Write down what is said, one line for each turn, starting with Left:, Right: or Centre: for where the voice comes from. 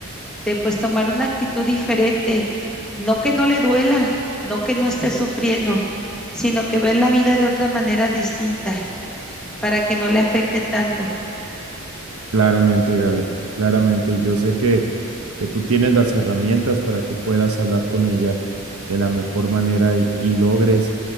Centre: de pues tomar una actitud diferente, no que no le duela, no que no esté sufriendo, sino que ver la vida de otra manera distinta para que no le afecte tanto.
Right: Claramente, Gaby, claramente. Y yo sé que, que tú tienes las herramientas para que puedas hablar con ella de la mejor manera y, y logres,